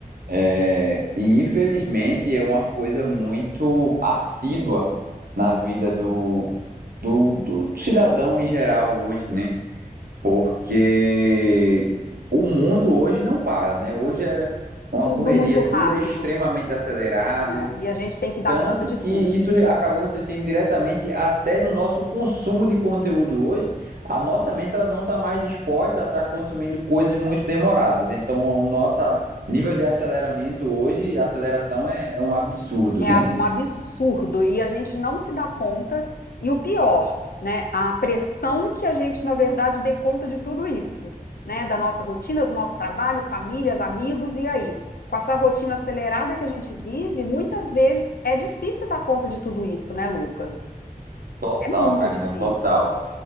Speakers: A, on the right (about 85°); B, on the left (about 85°).
A: É, e infelizmente é uma coisa muito assídua na vida do, do, do cidadão em geral hoje, né? Porque o mundo hoje não para, né? Hoje é uma
B: Tudo
A: correria,
B: muito
A: tudo
B: é. rápido,
A: é extremamente acelerado,
B: né? E a gente tem que dar
A: tanto
B: conta de
A: que
B: tudo.
A: isso acabou refletindo diretamente até no nosso consumo de conteúdo hoje. A nossa mente ela não está mais disposta a estar consumindo coisas muito demoradas. Então, o nosso nível de aceleramento hoje, a aceleração é, é um absurdo,
B: É
A: né?
B: um absurdo e a gente não se dá conta. E o pior, né, a pressão que a gente, na verdade, dê conta de tudo isso, né, da nossa rotina, do nosso trabalho, famílias, amigos, e aí? Com essa rotina acelerada que a gente vive, muitas vezes é difícil dar conta de tudo isso, né, Lucas?
A: Total,
B: É muito
A: Karina,
B: difícil.
A: total.